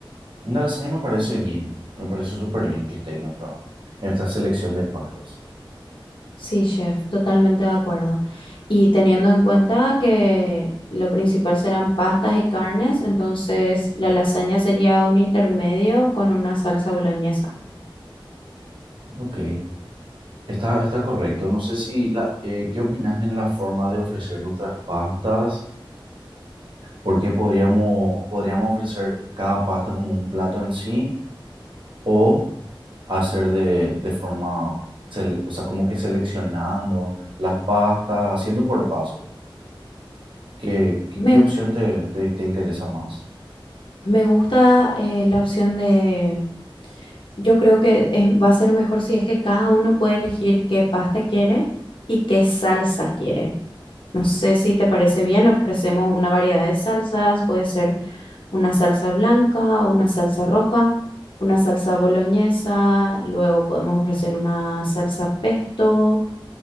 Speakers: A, on the right; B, on the left.
A: Una lasaña me parece bien, me parece súper bien que esté en nuestra, en nuestra selección de pastas.
B: Sí, chef, totalmente de acuerdo. Y teniendo en cuenta que lo principal serán pastas y carnes, entonces la lasaña sería un intermedio con una salsa boloñesa.
A: Ok. Está, está correcto. No sé si la, eh, ¿qué opinas en la forma de ofrecer nuestras pastas? Porque podríamos, podríamos ofrecer cada pasta como un plato en sí o hacer de, de forma, sele- o sea, como que seleccionando las pastas, haciendo por paso. ¿Qué, qué,
B: Me,
A: qué opción te, te, te interesa más?
B: me gusta eh, la opción de, yo creo que es- va a ser mejor si es que cada uno puede elegir qué pasta quiere y qué salsa quiere. No sé si te parece bien, ofrecemos una variedad de salsas, puede ser una salsa blanca, una salsa roja, una salsa boloñesa, luego podemos ofrecer una salsa pesto,